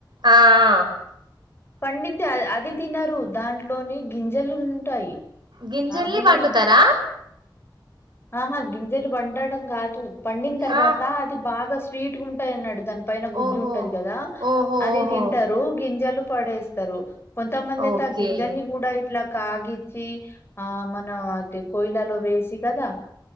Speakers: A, on the right; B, on the left.
A: ఆ ఆ
B: పండించి అది తినరు దాంట్లోని గింజలు ఉంటాయి
A: గింజల్ని
B: అవి
A: వండుతారా
B: ఆహా గింజలు వండడం కాదు పండిన తర్వాత
A: ఆ
B: అది బాగా స్వీట్గా ఉంటాయ అన్నాడు దాని పైన గుజ్జు
A: ఓహో
B: ఉంటది గదా
A: ఓహో
B: అది
A: ఓహో
B: తింటారు గింజలు పడేస్తారు కొంతమంది అయితే
A: ఓకే
B: ఆ గింజల్ని గూడా ఇట్లా కాగిచ్చి ఆ మనం అ పోయలాలో వేసి గదా